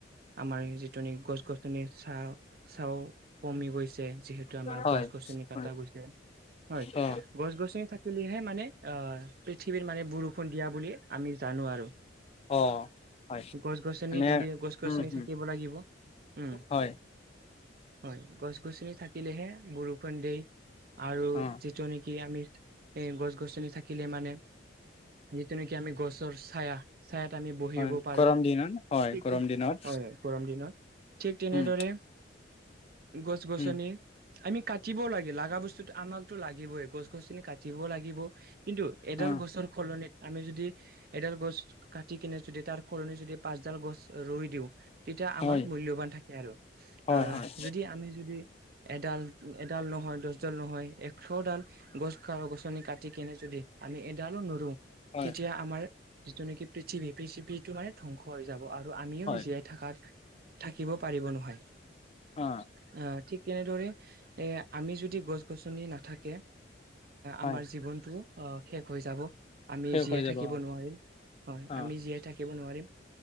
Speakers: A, on the right; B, on the left.
A: আমাৰ যিটো নেকি গছ গছ চাহ চাহও কমি গৈছে যিহেতু আমাৰ
B: হয়
A: গছ গছনি কাটা
B: হয়
A: গৈছে হয়
B: অ
A: গছ গছনি থাকিলেহে মানে অ পৃথিৱীৰ মানে বৰষুণ দিয়া বুলি আমি জানো আৰু
B: অ হয়
A: গছ গছনি
B: মানে
A: দিলে গছ গছনি
B: উম হম
A: থাকিব লাগিব উম
B: হয়
A: হয় গছ গছনি থাকিলেহে বৰষুণ দেই আৰু
B: অ
A: যিটো নেকি আমি এ গছ গছনি থাকিলে মানে যিটো নেকি আমি গছৰ ছায়া ছায়াত আমি বহিব
B: হয়
A: পাৰো
B: গৰম দিনত হয়
A: ঠিক
B: গৰম দিনত
A: হয় গৰম দিনত ঠিক তেনেদৰে
B: উম
A: গছ গছনি
B: উম
A: আমি কাটিবও লাগে লাগা বস্তুো আমাকতো লাগিবই গছ গছনি কাটিবও লাগিব কিন্তু এডাল
B: অ
A: গছৰ সলনিত আমি যদি এডাল গছ কাটি কিনে যদি তাৰ সলনি যদি পাচডাল গছ ৰুই দিওঁ তেতিয়া
B: হয়
A: আমাৰ মূল্যবান থাকে আৰু
B: হয়
A: আহ
B: হয়
A: যদি আমি যদি এডাল এডাল নহয় দহডাল নহয় এক চডাল গছ গছনি কাটি কেনে যদি আমি এডালো নুৰো
B: হয়
A: তেতিয়া আমাৰ যিটো নেকি পি চিপিটো মানে ধ্বংস হৈ যাব আৰু আমিও
B: হয়
A: জীয়াই থাকাত থাকিব পাৰিব নহয় আ
B: অ
A: ঠিক ঠিক তেনেদৰে আমি যদি গছ গছনি নাথাকে
B: হয়
A: আমাৰ জীৱনটো অ শেষ হৈ যাব আমি
B: শেষ
A: জীয়ে
B: হৈ যাব
A: থাকিব
B: অ
A: নোৱাৰিম হয়
B: অ
A: আমি জীয়াই থাকি নোৱাৰিম